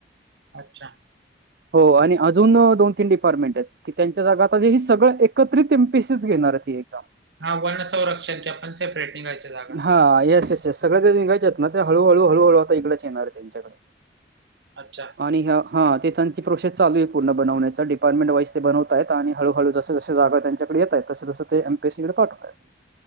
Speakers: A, on the right; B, on the right.
A: अच्छा!
B: हो आणि अजून दोन-तीन डिपार्टमेंट आहेत. की त्यांच्या जागा आता ही सगळं एकत्रित एम पी एस सी च घेणार ती एक्झाम.
A: हां वन संरक्षणच्या पण सेप्रेट निघायच्या जागा.
B: हां येस येस. येस सगळ ते निघायच्या आहेत ना ते हळूहळू हळूहळू आता इकडच येणार आहे त्यांच्याकडे.
A: अच्छा!
B: आणि ह्या हां ते त्यांची प्रोसेस चालू आहे. पूर्ण बवण्याचा डिपार्टमेंट वाईज ते बनवता आहेत आणि हळूहळू ज जागा त्यांच्याडे येत आहेत तसं तसं ते एम पी सी जेड पाठव